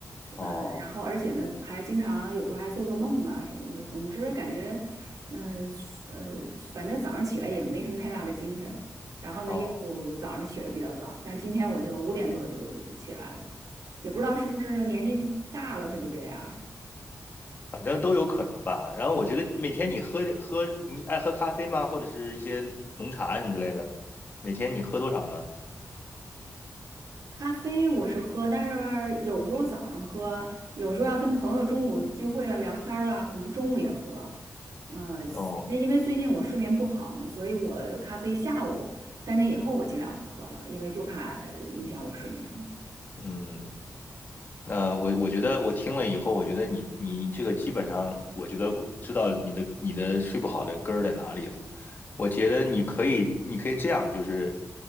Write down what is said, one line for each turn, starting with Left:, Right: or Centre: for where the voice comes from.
Left: 哦，
Right: 呃，然后而且呢，还经常有时候还做做梦啊什么的，总之感觉，嗯、呃，反正早上起来也没什么太大的精神。然后呢又早上起得比较早，
Left: 哦，
Right: 像今天我就五点多就起来了，也不知道是不是年纪大了他就这样啊。
Left: 反正都有可能吧。然后我觉得每天你喝喝，你爱喝咖啡吗？或者是一些浓茶什么之类的，每天你喝多少呢？
Right: 咖啡我是喝，但是有时候早上喝，有时候要跟朋友中午聚会了聊天儿了，可能中午也喝。呃，
Left: 哦，
Right: 因为最近我睡眠不好嘛，所以我咖啡下午三点以后我尽量不喝了，因为就怕影响我睡眠。
Left: 嗯。那我我觉得我听了以后，我觉得你你这个基本上，我觉得我知道你的你的睡不好的根儿在哪里了。我觉得你可以你可以这样，就是